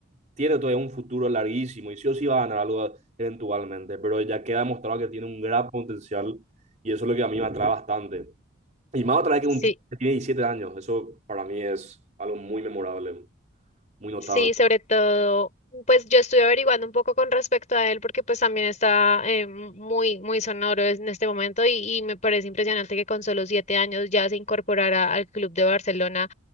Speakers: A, on the right; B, on the left.
A: tiene todavía un futuro larguísimo y sí o sí va a ganar algo eventualmente, pero ya queda demostrado que tiene un gran potencial y eso es lo que a mí me atrae bastante. Y más otra vez
B: sí,
A: que, un, t- que tiene 17 años, eso para mí es algo muy memorable, muy notable.
B: sí, sobre todo, pues yo estuve averiguando un poco con respecto a él porque pues también está eh, mu- muy, muy sonoro es- en este momento y, y me parece impresionante que con solo siete años ya se incorporara al Club de Barcelona